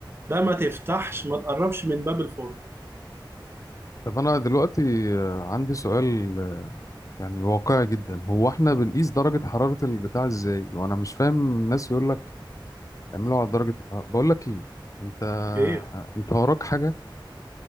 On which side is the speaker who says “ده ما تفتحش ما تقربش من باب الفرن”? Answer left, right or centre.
Right